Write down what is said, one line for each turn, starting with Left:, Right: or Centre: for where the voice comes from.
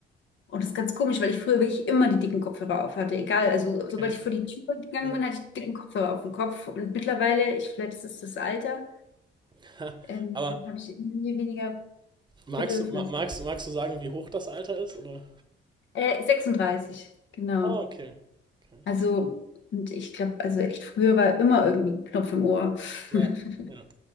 Left: Und das ist ganz komisch, weil ich früher wirklich immer die dicken Kopfhörer auf hatte. Egal, also
Right: Okay.
Left: sobald ich vor die Tür gegangen
Right: Ja.
Left: bin, hatte ich dicken Kopfhörer auf dem Kopf. Und mittlerweile, ich, vielleicht ist es das Alter,
Right: <laughs>
Left: ähm,
Right: Aber
Left: habe ich irgendwie weniger
Right: Magst
Left: Bedürfnis.
Right: du, ma- magst, du- magst du sagen, wie hoch das Alter ist, oder?
Left: Äh, 36, genau.
Right: Ah, okay. Okay.
Left: Also, und ich glaube, also echt früher war immer irgendwie ein Knopf im Ohr.
Right: Ja,
Left: <laughs>
Right: ja.